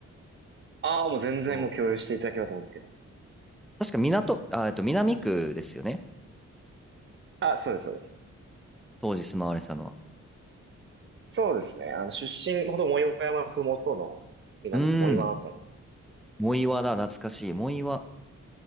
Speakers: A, on the right; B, in the centre.
A: ああ、もう全然もう共有していただければと思うんですけど。
B: そう確か港、あ、えっと、南区ですよね。
A: あ、そうです、そうです。
B: 当時住まわれてたのは。
A: そうですね。あの、出身、ほど藻岩山ふもとの南藻岩あたり。
B: うーん。藻岩だ、懐かしい。藻岩。